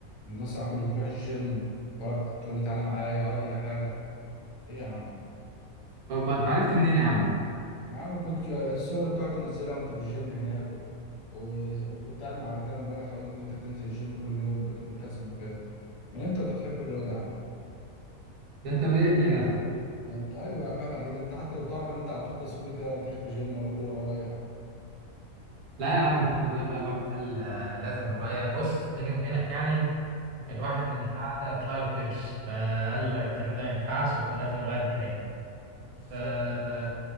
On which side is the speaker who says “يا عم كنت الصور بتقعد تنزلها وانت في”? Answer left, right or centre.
Left